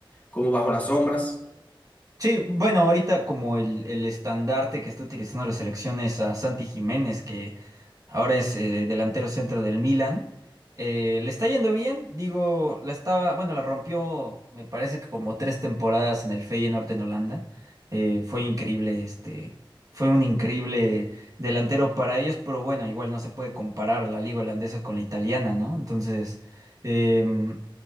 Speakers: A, on the left; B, on the right.
A: como bajo las sombras?
B: Sí, bueno, ahorita como el, el estandarte que está utilizando la selección es a Santi Jiménez, que ahora es eh, delantero centro del Milan. Eh, le está yendo bien, digo, la estaba, bueno, la rompió, me parece que como tres temporadas en el Feyenoord en Holanda. Eh, fue increíble, este, fue un increíble delantero para ellos, pero bueno, igual no se puede comparar la liga holandesa con la italiana, ¿no? Entonces, em,